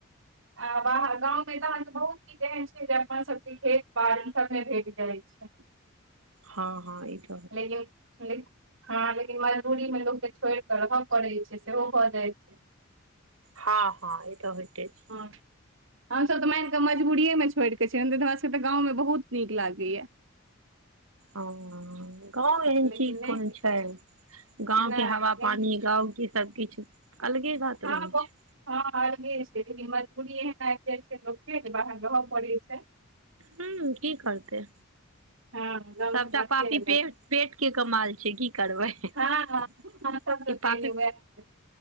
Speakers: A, on the right (about 65°); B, on the right (about 85°).
A: आ बाहर गाँवमें तऽ अहाँके बहुत चीज एहेन छै जे अपन सबके खेत बाड़ी सबमे भेट जाइ छै।
B: हँ हँ ईट
A: लेकिन ले हँ लेकिन मजदूरीमे लोकके छोइड़कऽ रहऽ पड़ै छै से सेहो भऽ जाइ छै।
B: हँ हँ ई तऽ होइते छैय।
A: हँ हमसभ तऽ माइन कऽ मजबूरिये में छोइड़ कऽ छियैन नै तऽ हमरा सबके तऽ गाँवमे बहुत नीक लागैइयै।
B: ओ गाँव एहन
A: लेकिन
B: चीज
A: नहि
B: कोनो छै? गांव
A: नहि
B: के हवा
A: नहि
B: पानी गांव के सबकिछ अलगे बात रहै
A: हँ बहुत
B: छै।
A: हँ अर्गे छै लेकिन मजबूरीए एहन आइब जाय छै लोकके जे बाहर रहऽ पड़ै छै।
B: हूं की करतै
A: हँ गाँवके
B: सबटा
A: बाते
B: पापी
A: अलग
B: पे पेट के कमाल छै की करबै। ई
A: हँ हँ हँ सबसँ पहिले
B: पापी
A: वएह छै